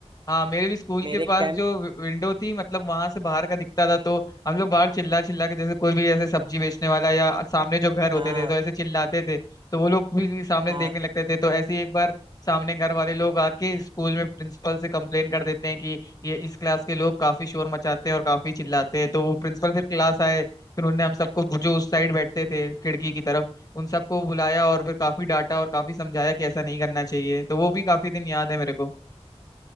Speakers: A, on the left; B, on the right.
A: हाँ मेरे भी स्कूल
B: मेरी
A: के पास
B: केम
A: जो विंडो थी मतलब वहां से बाहर का दिखता था तो हम लोग बाहर चिल्ला चिल्ला के जैसे कोई भी ऐसे सब्जी बेचने वाला या सामने जो घर
B: हाँ
A: होते थे तो ऐसे चिल्लाते थे तो वो लोग भी सामने
B: हाँ
A: देखने लगते थे तो ऐसे ही एक बार सामने घर वाले लोग आके स्कूल में प्रिंसिपल से कंप्लेन कर देते हैं कि ये इस क्लास के लोग काफी शोर मचाते हैं और काफी चिल्लाते हैं तो वो प्रिंसिपल फिर क्लास आए फिर उन्होंने हम सबको जो उस साइड बैठते थे खिड़की की तरफ उन सबको बुलाया और फिर काफी डांटा और काफी समझाया कि ऐसा नहीं करना चाहिए तो वो भी काफी दिन याद है मेरे को